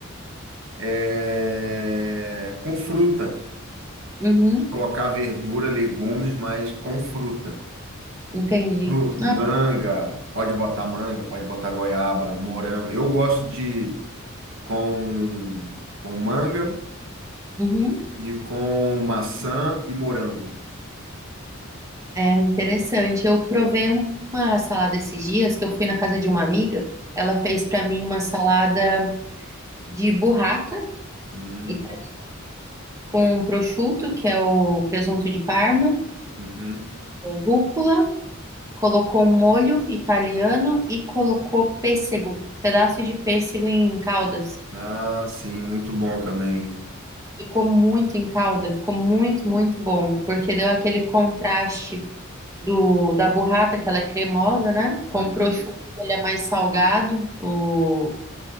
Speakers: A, on the right (about 65°); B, on the right (about 15°).
A: É, Com fruta.
B: Uhum.
A: Colocar verdura, legumes, mas com fruta.
B: Entendi.
A: Fruta,
B: Ah,
A: manga, pode botar manga, pode botar goiaba, morango. Eu gosto de com, com manga
B: uhum.
A: e com maçã e morango.
B: É interessante. Eu provei uma salada esses dias que eu fui na casa de uma amiga. Ela fez pra mim uma salada de burrata
A: Hum,
B: ita- com um prosciutto, que é o presunto de Parma,
A: uhum.
B: rúcula, colocou um molho italiano e colocou pêssego, pedaços de pêssego em caldas.
A: Ah, sim, muito bom também.
B: Ficou muito em calda, ficou muito, muito bom, porque deu aquele contraste do da burrata, que ela é cremosa, né? Com
A: Uhum.
B: o prosciutto, ele é mais salgado, o